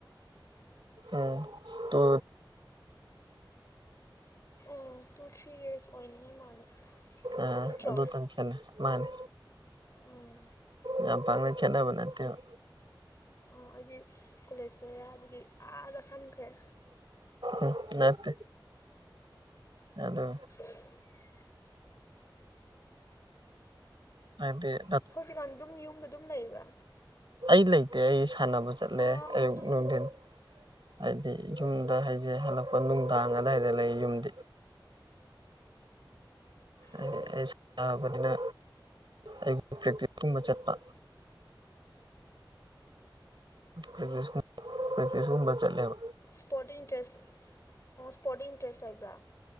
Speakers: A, on the right; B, on the left.
A: ꯑꫭ ꯇꯨ
B: ꯑꫭ ꯇꯨ ꯊ꯭ꯔꯤ ꯏꯌꯔꯁ ꯑꯣꯏꯅꯤ ꯃꯥꯜꯂꯦ
A: ꯑ
B: ꯅꯠꯇ꯭ꯔꯣ
A: ꯑꯗꯨꯇꯪ ꯈꯦꯠꯅꯩ ꯃꯥꯅꯦ
B: ꯎꯝ
A: ꯌꯥꯝ ꯄꯥꯛꯅ ꯈꯦꯠꯅꯕ ꯅꯠꯇꯦꯕ
B: ꯑꫭ ꯑꯩꯗꯤ ꯀꯣꯂꯦꯖ ꯂꯣꯏꯔꯦ ꯍꯥꯏꯕꯗꯤ ꯑꯗꯥ ꯈꯟꯈ꯭ꯔꯦ
A: ꯎꯝ ꯅꯠꯇꯦ ꯑꯗꯨ
B: <inaudible>
A: ꯍꯥꯏꯗꯤ
B: ꯍꯧꯖꯤꯛꯀꯥꯟ ꯑꯗꯨꯝ ꯌꯨꯝꯗ ꯑꯗꯨꯝ ꯂꯩꯕ꯭ꯔꯥ
A: ꯑꯩ ꯂꯩꯇꯦ ꯑꯩ ꯁꯥꯟꯅꯕ ꯆꯠꯂꯦ
B: ꯑꯥ
A: ꯑꯌꯨꯛ
B: ꯑꯗꯨꯝ
A: ꯅꯨꯡꯊꯤꯟ ꯍꯥꯏꯗꯤ ꯌꯨꯝꯗ
B: ꯑꯣ ꯑꯣ
A: ꯍꯥꯏꯖꯦ ꯍꯜꯂꯛꯄ ꯅꯨꯡꯗꯥꯡ
B: ꯑꯣ ꯑꯣ
A: ꯑꯗꯥꯏꯗ ꯂꯩ ꯌꯨꯝꯗꯤ ꯍꯥꯏꯗꯤ
B: ꯑꯣ
A: ꯑꯩ ꯁꯥꯟꯅꯕꯅꯤꯅ ꯑꯌꯨꯛ ꯄ꯭ꯔꯦꯛꯇꯤꯁꯀꯨꯝꯕ ꯆꯠꯄ ꯄ꯭ꯔꯤꯚꯤꯌꯁ ꯀꯨꯝ ꯄ꯭ꯔꯤꯚꯤꯌꯁꯒꯨꯝꯕ ꯆꯠꯂꯦꯕ
B: ꯁ꯭ꯄꯣꯔꯠꯇ ꯏꯟꯇꯔꯦꯁ ꯑꯣ ꯁ꯭ꯄꯣꯔꯠꯇ ꯏꯟꯇꯔꯦꯁ ꯂꯩꯕ꯭ꯔꯥ